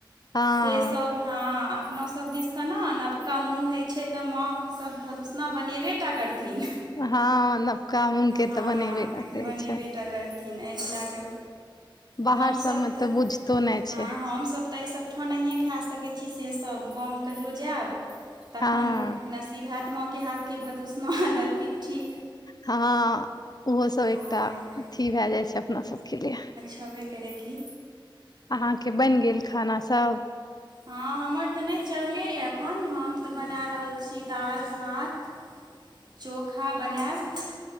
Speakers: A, on the left; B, on the right.
A: हँ
B: से सभ हँ अपना सभ सब दिसके ना नबका मूँग होइ छै तऽ, माँ सब भत ऊसना बनेबेटा करथिन।
A: हँ नवका मूँग के
B: हँ
A: तऽ बनेबे टा करै
B: बनेबेटा
A: छै।
B: करथिन एऽ लैकऽ
A: बाहर
B: हम
A: सबमे
B: सब तऽ,
A: बुझतो नहि
B: हम
A: छै
B: सब तऽ। तय सब ठाम नहिए खा सकैत छी से सब, गाम कहियो जायब तखन
A: हँ
B: नसीब हेत माँ के हाथके भत उसना, दलिपिट्ठी।
A: हँ- हॅंओहो सब
B: हँ
A: एकटा अथी भए जाइ छै, अपना सबके लिए।
B: छबे करै कि।
A: अहाँके बनि गेल खाना सब।
B: हँ हमर तऽ नहि चढ़ले ये एखन तक, हम तऽ बना रहल छी दाल, भात चोखा बनायब।